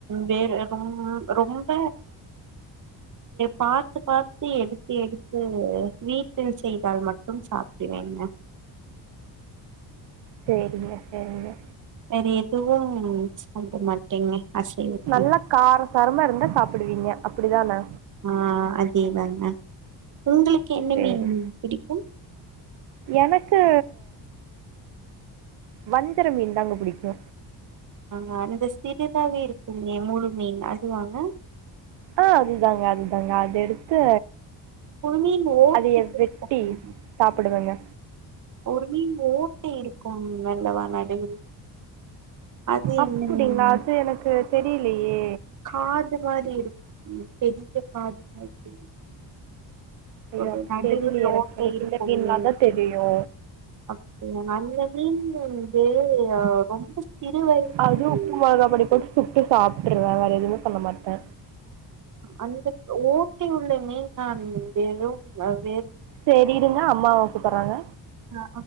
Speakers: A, on the right; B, on the right.
A: வேற ரொ ரொம்ப பாத்து பாத்து எடுத்து எடுத்து வீட்டில் செய்தால் மட்டும் மட்டும் சாப்பிடுவேங்க
B: சேரிங்க சேரிங்க
A: ற எதுவும் சாப்ட மாட்டேங்க அசைவத்தில்
B: நல்லா கார சாரமா இருந்தா சாப்பிடுவீங்க அப்டிதான
A: ஆ அதேதாங்க உங்களுக்கு என்ன
B: சேரி
A: மீன் பிடிக்கும்
B: எனக்கு வஞ்சர மீன் தாங்க பிடிக்கு
A: அங்க அந்த சிறிதாவே இருக்குமே முழு மீன் அதுவாங்க
B: ஆ அதுதாங்க அதுதாங்க அது எடுத்து
A: ஒரு மீன் ஓட்டை
B: அதையே
A: இருக்கும்
B: வெட்டி சாப்புடுவங்க
A: ஒரு மீன் ஓட்ட இருக்கு நல்லவா நடுவில் அது
B: அப்புடிங்ளா
A: என்ன மீன்
B: அது எனக்கு தெரியலையே
A: காது மாரி இருக்கும் பெரிய காது மாரி இருக்
B: ஐயோ
A: ஒரு
B: அப்ப
A: நடுவுல
B: தெரியலையே எனக்கு
A: ஓட்ட
B: எனக்கு
A: இருக்கும்மே
B: இந்த மீன்லா தா தெரியு
A: அப்டியா நல்லது க்ரீன் போல்ட்டு ஆ ரொம்ப சிறு வயதில்
B: அதுவு உப்பு மொளகாப்பொடி போட்டு சுட்டு சாப்ட்ருவோ வேற எதுமே பண்ண மாட்டே
A: அந்த ஓட்டை உள்ள மீன் தா இருந்தந்து வர்
B: தெரியிதுங்க அம்மாவ கூப்புட்றாங்க
A: ஆ